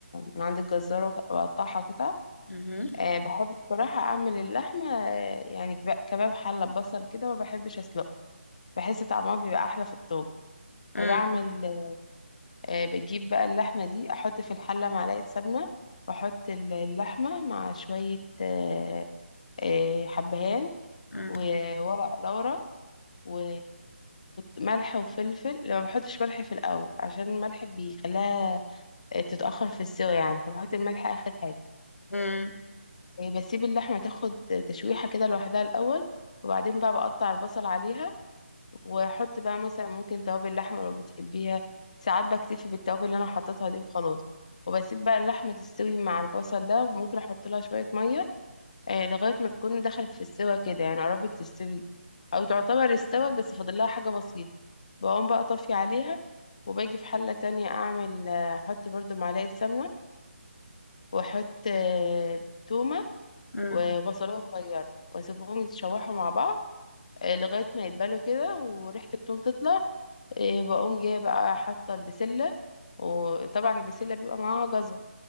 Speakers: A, on the left; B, on the left.
A: من عند الجزار واقطعها قطع
B: مهم.
A: أه بحب بصراحه اعمل اللحمه آه، يعني كب- كباب حله ببصل كده ما بحبش اسلقه بحس طعمها بيبقى احلى في الطاجن
B: مم.
A: فبعمل أه بجيب بقى اللحمه دي احط في الحله معلقه سمنه واحط ال- اللحمه مع شويه أه آه، حبهان
B: مم.
A: وورق لورا و... وملح وفلفل لو ما بحطش ملح في الاول عشان الملح بيخليها آه، تتاخر في السوا يعني فبحط الملح اخر حاجه
B: مم.
A: آه، بسيب اللحمه تاخد تشويحه كده لوحدها الاول وبعدين بقى بقطع البصل عليها واحط بقى مثلا ممكن توابل لحمه لو بتحبيها ساعات بكتفي بالتوابل اللي انا حطيتها دي خلاص وبسيب بقى اللحمه تستوي مع البصل ده وممكن احط لها شويه ميه آه، لغاية ما تكون دخلت في السوا كده يعني قربت تستوي أو تعتبر استوت بس فاضل لها حاجة بسيطة بقوم بقى طافية عليها وباجي في حلة تانية أعمل آه، أحط برضو معلقة سمنة وأحط آه، تومة
B: مم.
A: وبصلة صغيرة وأسيبهم يتشوحوا مع بعض آه، لغاية ما يتبلوا كده وريحة التوم تطلع آه، بقوم جاية بقى حاطة البسلة وطبعا البسلة بيبقى معاها جزر